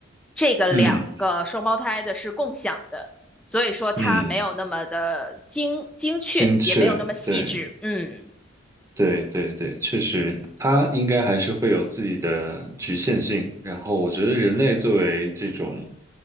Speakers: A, in the centre; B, on the right.
A: 这个两个双胞胎的是共享的，
B: 嗯
A: 所以说它没有那么的精精确，
B: 嗯，精确，
A: 也没有那么细致。
B: 对
A: 嗯，
B: 对对对，确实，它应该还是会有自己的局限性。然后，我觉得人类作为这种